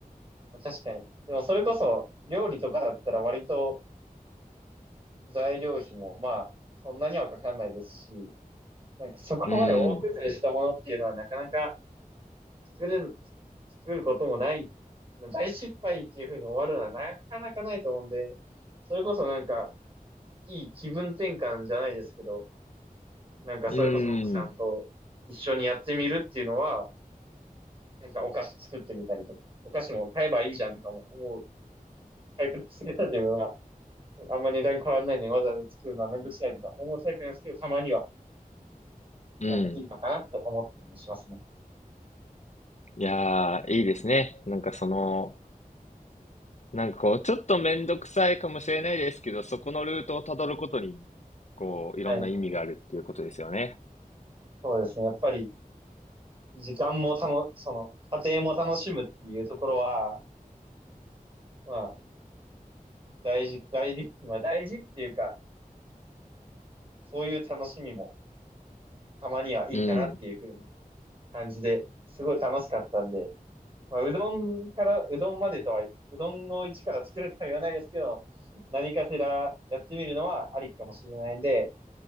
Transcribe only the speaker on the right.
確かに。でもそれこそ、料理とかだったら割と材料費も、まあ、そんなにはかかんないですし、なんかそこまで大崩れしたものっていうのはなかなか
作れる、作ることもない、大失敗っていう風に終わるのはなかなかないと思うんで、それこそなんか、いい気分転換じゃないですけど、なんかそれこそ奥さんと一緒にやってみるっていうのは、
なんかお菓子作ってみたりとか、お菓子も買えばいいじゃんとかも思うタイプですけど、自分は。あんま値段変わんないのにわざわざ作るのはめんどくさいとか思うタイプなんですけど、たまには
なんかいいのかなって思ったりもしますね。
はい。そうですね。やっぱり時間もたの、その、家庭も楽しむっていうところは、まあ、大事、大事、まあ大事っていうか、そういう楽しみもたまにはいいかなっていう風な
感じで、すごい楽しかったんで、まあ、うどんから、うどんまでとは、うどんを一から作るとは言わないですけど、何かしらやってみるのはありかもしれないんで、